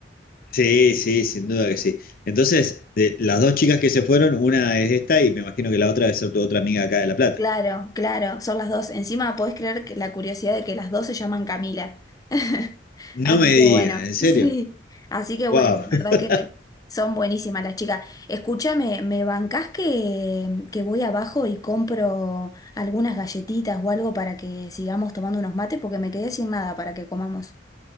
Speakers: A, on the left; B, on the left.
A: sí, sí, sin duda que sí. Entonces, de las dos chicas que se fueron, una es esta y me imagino que la otra debe ser tu otra amiga acá de La Plata.
B: Claro, claro, son las dos. Encima podés creer que la curiosidad de que las dos se llaman Camila. <laughs>
A: No
B: Así
A: me digas,
B: que bueno,
A: ¿en
B: <laughs>
A: serio?
B: sí. Así que bueno,
A: Wow.
B: la
A: <laughs>
B: verdad que son buenísimas las chicas. Escúchame, ¿me bancás que, que voy abajo y compro algunas galletitas o algo para que sigamos tomando unos mates? Porque me quedé sin nada para que comamos.